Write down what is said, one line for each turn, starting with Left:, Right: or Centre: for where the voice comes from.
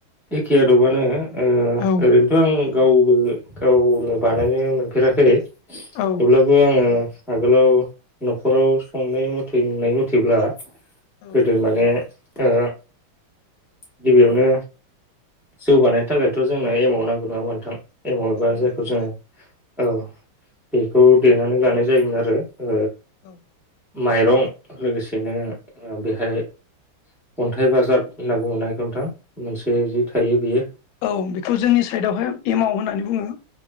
Centre: एखे आदबानो ओ
Left: औ
Centre: ओरैनोथ' आं गावबो गावनो बानायनो मोनफेराखै।
Left: औ
Centre: थेवब्लाबो आङो आगोलाव न'खराव संनाय मथैनाय मथेब्ला गोदो
Left: औ
Centre: माने ओ गिबियावनो जौगानायनि थाखायथ' जोंनो एमाव नांगौ नङा मोनथां एमावबा
Left: औ नंगौ
Centre: जायखौ
Left: नोंथां
Centre: जोङो औ बेखौ देनानै लानाय जायोमोन आरो ओ
Left: औ
Centre: माइरं लोगोसेनो ओ बेहाय अन्थाइ बाजाब होनना बुंङो ना बेखौ नोंथां नोंसिनिजा थायो बियो
Left: औ बेखौ जोंनि साइदआवहाय एमाव होननानै बुङो ।